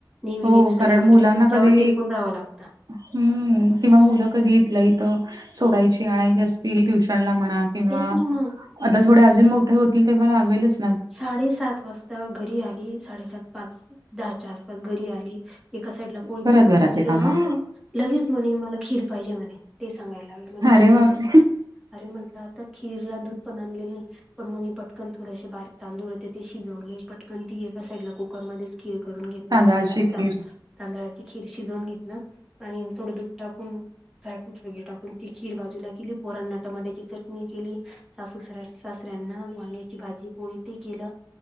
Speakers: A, in the centre; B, on the right (about 55°).
A: नेहमी
B: हो
A: नेहमी सगळ्या
B: कारण मुलांना
A: गोष्टी तुमच्यावर
B: कधी
A: टेकून राहाव लागत
B: हम्म किंवा मुलं कधी इेतलंय तर सोडायची आणायची असतील ट्युशन ला मनात किंवा
A: तेच ना मग
B: आता थोडे अजून मोठे होतील तेव्हा लावेलच
A: साडेसात वाजता आता घरी आली साडेसात पाच दहाच्या आसपास घरी आली एका साईडला पोळींचं
B: परत घरातले
A: पीठ भिजलं
B: कामं.
A: हा लगेच म्हणे मला खीर पाहिजे म्हणे ते सांगायला लागले मला
B: अरे
A: खीर
B: बापरे!
A: कर अरे म्हटलं आता खीर ला दूध पण आणलेलं नाही पण मग मी पटकन थोडशी बारीक तांदूळ होते ते शिजवले पटकन ती एका साइडला कुकरमध्येध्येच खीळ करून घेतली
B: तांदळाची
A: म्हणजे
B: खीर
A: तांदळाची खीर शिजवून घेतलं आणि थोडं दूध टाकून फ्राय फ्रूटस वगैरे टाकून ती खीरजूला केली पोरांना टमाट्याची चटणी केली सासुसऱ्या सासऱ्यांना वांग्याची भाजी पोळी केलं